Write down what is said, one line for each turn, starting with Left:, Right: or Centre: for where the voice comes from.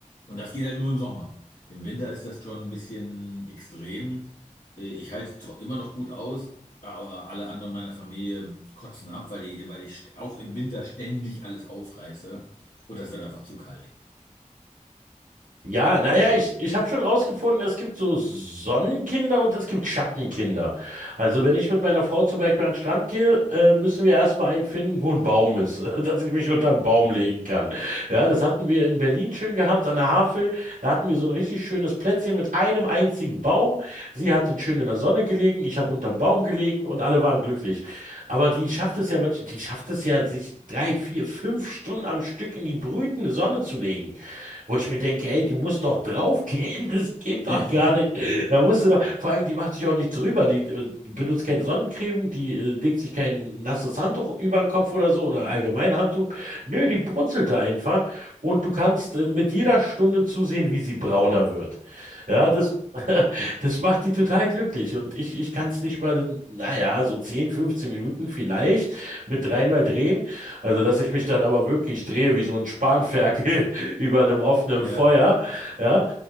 Left: Und das geht halt nur im Sommer. Im Winter ist das schon ein bisschen extrem. Äh, Ich halte tro- immer noch gut aus, aber alle anderen meiner Familie kotzen ab, weil die, weil ich st- auch im Winter ständig alles aufreiße. Und das wird einfach zu kalt.
Right: Ja, naja,
Left: Ja.
Right: ich, ich habe schon rausgefunden, es gibt so Sonnenkinder und es gibt Schattenkinder. Also wenn ich mit meiner Frau zum Beispiel an den Strand gehe, äh, müssen wir erstmal einen finden, wo ein Baum ist, <laughs> dass ich mich unter einen Baum
Left: Mhm.
Right: legen kann. Ja, das hatten wir in Berlin schön gehabt, an der Havel. Da hatten wir so ein richtig schönes Plätzchen mit einem einzigen Baum. Sie hat dann schön in der Sonne gelegen, ich habe unterm Baum gelegen und alle waren glücklich. Aber die schafft es ja, manch- die schafft es ja, sich drei, vier, fünf Stunden am Stück in die brütende Sonne zu legen wo ich mir denke, ey, die muss doch draufgehen, <laughs> das geht
Left: <laughs>
Right: doch gar nicht. Da musst du doch, vor allem, die macht sich auch nichts drüber, die äh, benutzt keine Sonnencreme, die äh, legt sich kein nasses Handtuch über den Kopf oder so oder allgemein Handtuch. Nö, die brutzelt da einfach und du kannst äh, mit jeder Stunde zusehen, wie sie brauner wird. Ja, das, <laughs> das macht die total glücklich und ich, ich kann es nicht mal, naja, so 10, 15 Minuten vielleicht mit dreimal drehen. Also, dass ich mich dann aber wirklich drehe wie so ein Spanferkel <laughs> über einem offenen
Left: Ja.
Right: Feuer, ja,